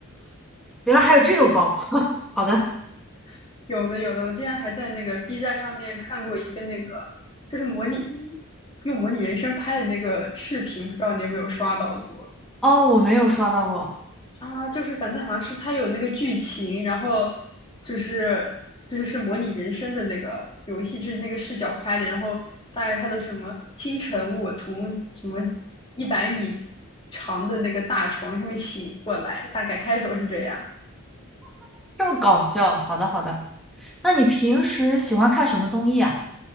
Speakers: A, in the centre; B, on the left.
A: 原来还有这种包。<laughs> 好的，
B: <laughs> 有的有的，我之前还在那个 B 站上面看过一个那个，就是模拟用模拟人生拍的那个视频，不知道你有没有刷到过
A: 哦，我没有刷到过。
B: 啊？就是反正好像是它有那个剧情，然后就是就是是模拟人生的那个游戏，就是那个视角拍的，然后大概它的什么清晨我从什么一百米长的那个大床上面醒过来，大概开头是这样。
A: 这么搞笑，好的好的。那你平时喜欢看什么综艺啊？